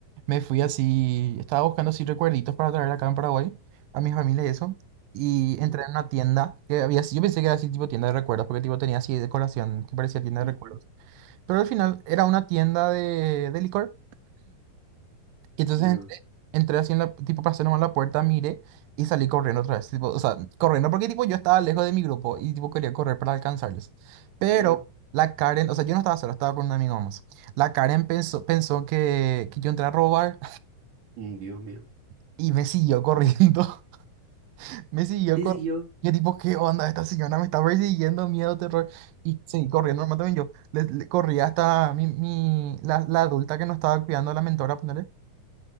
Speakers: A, on the right; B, on the right.
A: Me fui así, estaba buscando así recuerditos para traer acá en Paraguay a mi familia y eso. Y
B: Mm,
A: entré en una tienda que había, así- yo pensé que era así tipo tienda de recuerdos, porque tipo tenía así decoración que parecía tienda
B: ujú.
A: de recuerdos. Pero al final era una tienda de, de licor. Y entonces
B: Ah,
A: entré, entré así en la, tipo para hacer nomás la puerta, miré y salí corriendo otra vez. Tipo, o sea, corriendo porque tipo yo estaba lejos de mi grupo y tipo quería correr para alcanzarles. Pero
B: claro.
A: la Karen, o sea, yo no estaba solo, estaba con un amigo más. La Karen pensó, pensó que, que yo entré a robar
B: Mm, Dios mío.
A: <laughs> y me siguió corriendo. <laughs> Me siguió
B: Te
A: corriendo.
B: siguió.
A: Yo tipo, ¿qué onda? Esta señora me está persiguiendo, miedo, terror. Y seguí corriendo, normal también yo. Le, le corrí hasta mi, mi, la, la adulta que nos estaba cuidando, la mentora, ponerle.